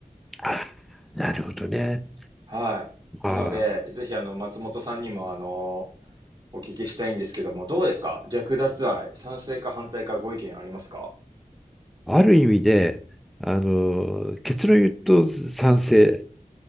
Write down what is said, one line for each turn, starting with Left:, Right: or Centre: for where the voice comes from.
Centre: あ、なるほどね。
Right: はい。
Centre: ああ
Right: なので、ぜひあの、松本さんにもあの、お聞きしたいんですけども、どうですか略奪愛、賛成か反対かご意見ありますか
Centre: ある意味で、あの、結論言うと賛成